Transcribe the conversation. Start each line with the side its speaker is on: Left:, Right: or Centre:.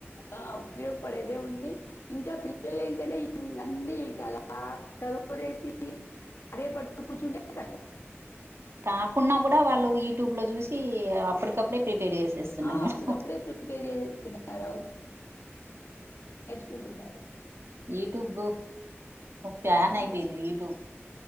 Left: ఆ, ఉపయోగపడేదే ఉండి ఇంకా పిల్లలు ఏంటంటే ఇంక అన్నీ ఇంకా అలా చదువు వదిలేసి అదే పడుకు కూర్చుంటే కష్టం
Right: రాకున్నా కూడా వాళ్ళు యూట్యూబ్ లో చూసి అప్పటికప్పుడే ప్రిపేర్ చేసేస్తున్నాను
Left: ఆ
Right: మేడం
Left: అప్పటికప్పుడే ప్రిపేర్ చేసేస్తున్నారు కుందున్నారు
Right: యూట్యూబు ప్యాన్
Left: అవును
Right: అయిపోయింది యూట్యూబ్